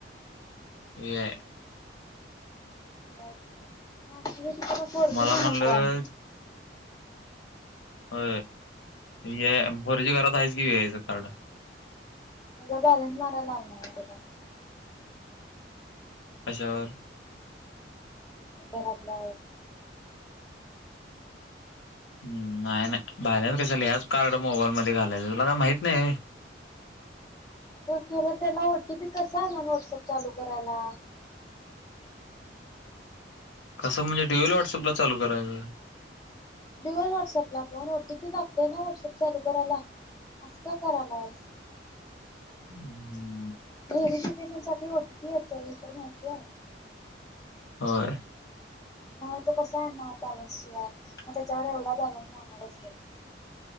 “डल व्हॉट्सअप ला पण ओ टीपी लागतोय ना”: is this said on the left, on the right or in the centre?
Left